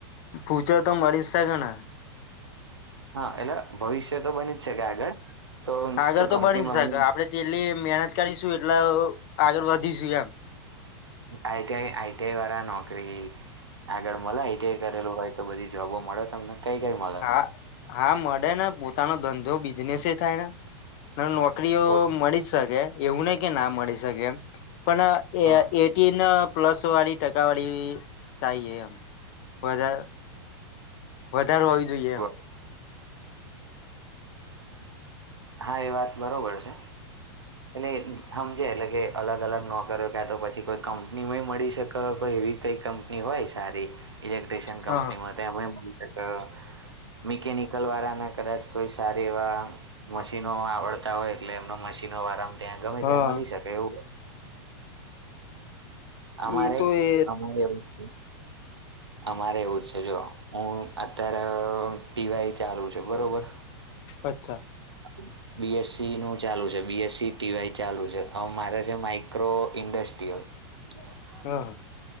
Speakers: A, on the left (about 40°); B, on the right (about 80°).
A: ફૂચર તો મળી શકે ને.
B: હા એટલે ભવિષ્ય તો બની જ શકે આગળ. તો
A: આગળ
B: શું
A: તો
B: કંપની
A: બની
B: બમની
A: શકે આપડે જેટલી મહેનત કરીશું એટલા આગળ વધીશું એમ.
B: I T I I T I વાળા નોકરી આગળ મલાય આઈ ટી આઈ કરેલું હોય તો બધી જોબો મળે તમને કઈ કઈ મળે
A: હા હા મળે ને પોતાનો ધંધો બિઝનેસ થાય ને ન નોકરીઓ
B: પોત
A: મળી જ શકે એવું નહી કે ના મળી શકે એમ પણ એ
B: હા
A: એ તીન પ્લસ વાળી ટકા વાળી ચાહિ એ એમ વધા વધાર હોવી જોઈએ એમ
B: બ હા એ વાત બરોબર છે. એટલે હમજે એટલે કે અલગ અલગ નોકરીઓ ક્યાં તો પછી કોઈ કંપનીમાંય મળી શકે કોઈ એવી કંઈ કં ની હોય સારી ઇલેક્ટ્રિશિયન કંપનીમાં
A: હ
B: ત મલી શકે મિકેનિકલ વાળાના કદાચ કોઈ સારી એવા મશીનો આવડતા હોય એટલે એમનો મશીનો આરામ ત્યાં ગમે
A: હ
B: ત્યાં મલી શકે એવું અમારે
A: એ તો એ
B: અમારે એવું છે. અમારે એવું જ છે, જો હું અત્યારે ટીવાય ચાલુ છે, બરોબર
A: અચ્છા.
B: <inaudible> બીએસસી નું ચાલુ છે, બીએસસી ટીવાય ચાલુ છે, મારે છે, માઈક્રો ઇન્ડસ્ટ્રીયલ <inaudible>
A: હા હા.